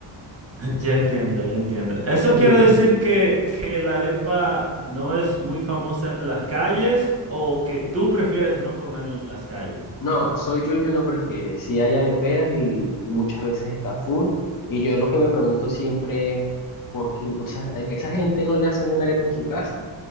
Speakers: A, on the right (about 30°); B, on the left (about 45°).
A: <laughs> ya entiendo, ya entiendo. Eso
B: Sí.
A: quiere decir que, que la arepa no es muy famosa en las calles o que tú prefieres no comer en las calles.
B: No, soy yo el que no prefiere. Si hay areperas y, y muchas veces está full. Y yo lo que me pregunto siempre es, ¿por qué? O sea, a esa gente no le hacen una arepa en su casa.